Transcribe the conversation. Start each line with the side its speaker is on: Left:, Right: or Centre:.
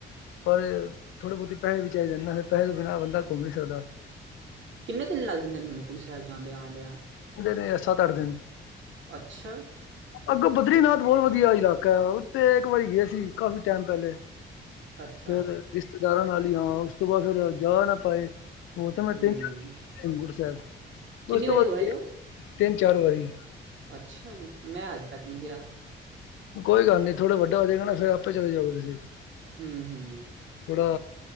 Left: ਪਰ ਥੋੜੇ ਬਹੁਤੀ ਪੈਸੇ ਵਿੱਚਾਈ ਜਾਂਦਾ ਫੇਰ ਪੈਸੇ ਬਿਨਾਂ ਬੰਦਾ ਘੁੰਮ ਨੀ ਸਕਦਾ।
Right: ਕਿੰਨੇ ਦਿਨ ਲੱਗ ਜਾਂਦੇ, ਨਿਮਕੁੰੜ ਸਾਹਿਬ ਜਾਂਦੇ ਆਦੀਆਂ।
Left: ਦੇ ਨੇ ਸੱਤ ਅੱਠ ਦਿਨ
Right: ਅੱਛਾ।
Left: ਅੱਗੋਂ ਬਦਰੀਨਾਥ ਬਹੁਤ ਵਧੀਆ ਇਲਾਕਾ ਹੈ। ਉੱਥੇ ਇੱਕ ਵਾਰੀ ਗਏ ਸੀ ਕਾਫ਼ੀ ਟਾਈਮ ਪਹਿਲੇ।
Right: ਅੱਛਾ।
Left: ਫੇਰ ਰਿਸ਼ਤੇਦਾਰਾਂ ਨਾਲ ਹੀ ਹਾਂ। ਉਸ ਤੋਂ ਬਾਅਦ ਫੇਰ ਜਾ ਨਾ ਪਾਏ। ਉਹ ਤਾਂ ਮੈਂ
Right: ਹੂੰ,
Left: ਤਿੰਨ ਹੇਮਕੁੰਟ ਸਾਹਿਬ।
Right: ਕਿੰਨੀ
Left: ਉਸ ਤੋਂ
Right: ਵਾਰੀ
Left: ਬਾਅਦ
Right: ਹੋ ਆਏ ਹੋ?
Left: ਤਿੰਨ -ਚਾਰ ਵਾਰੀ
Right: ਅੱਛਾ ਜੀ। ਮੈਂ ਅੱਜ ਤੱਕ ਨਹੀਂ ਗਿਆ।
Left: ਕੋਈ ਗੱਲ ਨੀ ਥੋੜ੍ਹੇ ਵੱਡਾ ਹੋਗੇ ਨਾ। ਫਿਰ ਆਪੇ ਚਲੇ ਜਾਓ ਗੇ ਤੁਸੀਂ।
Right: ਹੂੰ ਹੂੰ।
Left: ਥੋੜਾ